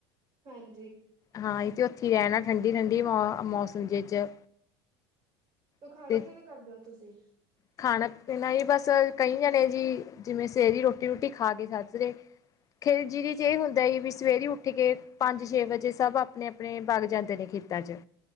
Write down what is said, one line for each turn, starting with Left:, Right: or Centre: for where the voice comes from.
Right: ਹਾਂਜੀ
Left: ਹਾਂ ਇਹ ਤੇ ਉੱਥੇ ਹੀ ਰੈਂਣਾ ਠੰਡੀ-ਠੰਡੀ ਵਾਂ ਮੌਸਮ ਜ 'ਚ
Right: ਤ ਖਾਣਾ
Left: ਅਤੇ
Right: ਕਿਵੇਂ ਕਰਦੇ ਓ ਤੁਸੀਂ
Left: ਖਾਣਾ ਪੀਣਾ ਈ ਬਸ ਕਈ ਜਾਣੇ ਜੀ ਜਿਵੇਂ ਸਵੇਰੀ ਰੋਟੀ ਰੂਟੀ ਖਾ ਕੇ ਸਜ ਰਏ। ਖਿਲ ਜੀਰੀ 'ਚ ਇਹ ਹੁੰਦਾ ਵੀ ਸਵੇਰੇ ਉੱਠ ਕੇ ਪੰਜ ਛੇ ਵਜੇ ਸਭ ਆਪਣੇ ਆਪਣੇ ਬਗ ਜਾਂਦੇ ਨੇ ਖੇਤਾਂ 'ਚ